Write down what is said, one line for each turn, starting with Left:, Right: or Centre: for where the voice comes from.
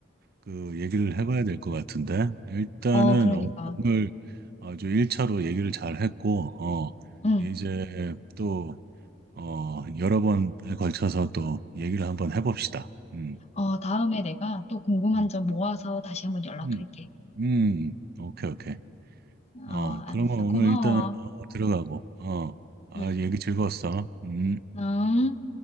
Right: 그 얘기를 해봐야 될 것 같은데. 일단은
Left: 어, 그러니까,
Right: 오- 오늘 아주 1차로 얘기를 잘 했고, 어,
Left: 응.
Right: 이제 또 어, 여러 번에 걸쳐서 또 얘기를 한번 해봅시다. 음,
Left: 어, 다음에 내가 또 궁금한
Right: 음,
Left: 점 모아서 다시 한번 연락할게.
Right: 음, 음. 오케이, 오케이.
Left: 어,
Right: 어, 그러면
Left: 알았어.
Right: 오늘
Left: 고마워.
Right: 일단 어, 들어가고, 어, 아,
Left: 응.
Right: 얘기 즐거웠어. 음.
Left: 음.